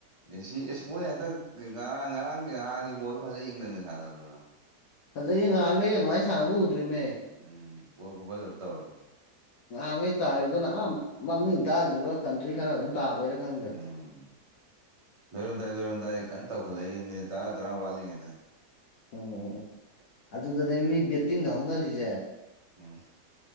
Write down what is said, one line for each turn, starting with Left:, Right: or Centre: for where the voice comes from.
Right: ꯃꯦꯁꯤ ꯑꯦꯁ ꯃꯣꯏ ꯍꯟꯗꯛ ꯉꯔꯥꯡ ꯉꯔꯥꯡꯒꯤ ꯅꯥꯟꯒꯤ ꯕꯣꯜ ꯐꯖꯩ ꯏꯪꯂꯟꯒ ꯁꯥꯟꯅꯕꯗꯨꯅ
Left: ꯐꯖꯩꯌꯦ ꯉꯔꯍꯥꯡꯒꯩ ꯑꯗꯨꯃꯥꯏꯅ ꯁꯥꯟꯅꯕ ꯎꯗ꯭ꯔꯤꯃꯦ
Right: ꯎꯝ ꯕꯣꯜ ꯒꯨꯒꯜ ꯑꯝ ꯇꯧꯑꯦꯕ
Left: ꯉꯍꯥꯟꯈꯩ ꯇꯥꯔꯤꯗꯨꯅ ꯑ ꯃꯃꯤꯡ ꯇꯥꯗ꯭ꯔꯤꯕ ꯀꯟꯇ꯭ꯔꯤ ꯈꯔ ꯑꯗꯨꯝ ꯇꯥꯕꯩꯩꯔ ꯈꯪꯗ
Right: ꯎꯝ ꯂꯣꯏꯔꯝꯗꯥꯏ ꯂꯣꯏꯔꯝꯗꯥꯏ ꯀꯟꯅ ꯇꯧꯈꯠꯂꯛꯏ ꯃꯤꯅꯤꯠ ꯇꯔꯥ ꯇꯔꯥ ꯋꯥꯠꯂꯤꯉꯩꯗ
Left: ꯑꯣ ꯑꯣ ꯑꯗꯨꯗꯅꯦ ꯃꯤ ꯕꯦꯠꯇꯤꯡꯗ ꯍꯧꯅꯔꯤꯁꯦ
Right: ꯎꯝ ꯍꯨꯝ